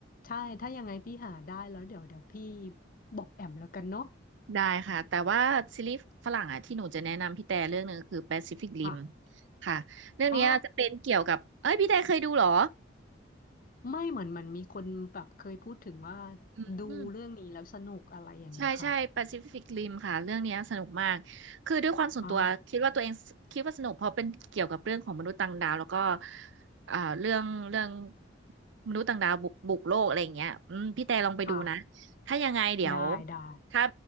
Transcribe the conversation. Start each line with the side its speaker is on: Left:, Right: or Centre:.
Left: ใช่ถ้ายังไงพี่หาได้แล้วเดี๋ยวเดี๋ยวพี่บอกแอมแล้วกันเนาะ
Right: ได้ค่ะแต่ว่าซีรีส์ฝรั่งอ่ะที่หนูจะแนะนำพี่แต่เรื่องหนึ่งคือ Pacific Rim
Left: ค่ะ
Right: ค่ะเรื่องเนี้ยจะเป็นเกี่ยวกับเอ้ยพี่แต่เคยดูเหรอ
Left: อ๋อไม่เหมือนมันมีคนแบบเคยพูดถึงว่า
Right: อืม
Left: ดูเรื่องนี้แล้วสนุกอะไรอย่างเงี้ยค่ะ
Right: ใช่ใช่แปซิฟิกริมค่ะเรื่องเนี้ยสนุกมากคือด้วยความส่วนตัวคิดว่าตัวเองสคิดว่าสนุกเพราะเป็นเกี่ยวกับเรื่องของมนุษย์ต่างดาวแล้วก็
Left: อ๋อ
Right: อ่าเรื่องเรื่องมนุษย์ต่างดาวบุกบุกโลกอะไรอย่างเงี้ยอืมพี่แต่ลองไปดูนะ
Left: ค่ะ
Right: ถ้ายังไงเดี๋ยว
Left: ได้ได้
Right: ถ้า